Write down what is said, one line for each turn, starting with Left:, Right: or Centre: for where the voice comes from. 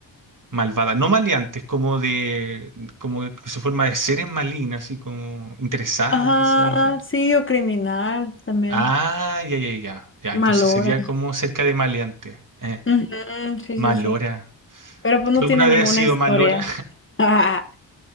Right: malvada. No maleante, es como de, como que su forma de ser es maligna, así como interesada,
Left: Ajá,
Right: quizás, no sé.
Left: sí, o criminal también.
Right: Ah, ya, ya, ya. Ya,
Left: Malora.
Right: entonces sería como cerca de maleante. Eh,
Left: Ujú, sí,
Right: malora.
Left: sí, sí. Pero pues no
Right: ¿Alguna
Left: tiene ninguna
Right: vez ha sido
Left: historia.
Right: malora?
Left: <laughs> Ah,